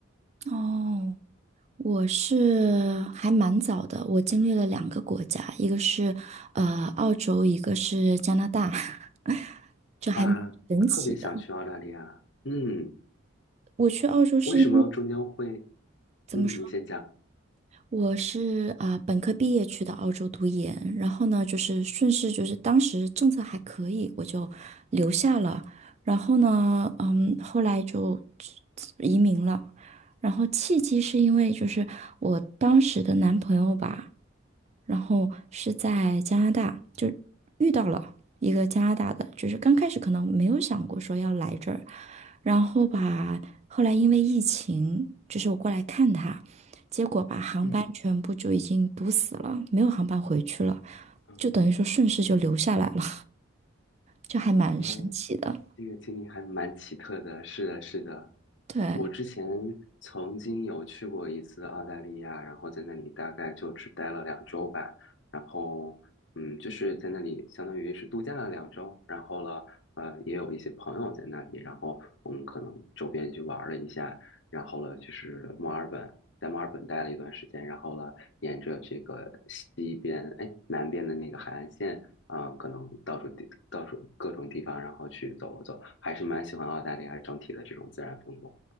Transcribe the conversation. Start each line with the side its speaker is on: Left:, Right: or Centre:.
Right: 哦，我是还蛮早的，我经历了两个国家，一个是呃澳洲，一个是加拿大，<laughs> 这还蛮神奇的。
Left: 哇，我特别想去澳大利亚。嗯，
Right: 我去澳洲是因为
Left: 为什么中间会？
Right: 怎么说？
Left: 嗯，你先讲。
Right: 我是啊、呃本科毕业去的澳洲读研，然后呢，就是顺势就是当时政策还可以，我就留下了。然后呢，嗯，后来就移民了。然后契机是因为就是我当时的男朋友吧，然后是在加拿大就遇到了一个加拿大的，就是刚开始可能没有想过说要来这儿，然后吧，后来因为疫情，就是我过来看他，结果把航班全部就已经堵死了，
Left: 嗯
Right: 没有航班回去了，
Left: 嗯，
Right: 就等于说顺势就留下来了，就还蛮神奇的。
Left: 哦。这个经历还蛮奇特的，是的，是的。
Right: 对，
Left: 我之前曾经有去过一次澳大利亚，然后在那里大概就只待了两周吧，然后嗯，就是在那里相当于是度假了两周，然后了呃也有一些朋友在那里，然后我们可能周边去玩了一下，然后了就是墨尔本，在墨尔本待了一段时间，然后了沿着这个西边哎南边的那个海岸线。啊，呃可能到处地到处各种地方，然后去走了走，还是蛮喜欢澳大利亚整体的这种自然风光